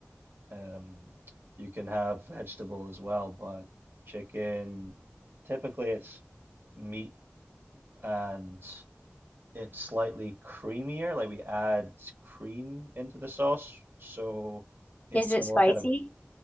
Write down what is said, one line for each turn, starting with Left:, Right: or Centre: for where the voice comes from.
Right: Um, you can have vegetable as well, but chicken, typically it's meat and it's slightly creamier. Like we add cream into the sauce, so it's
Left: Is it
Right: more
Left: spicy?
Right: kind of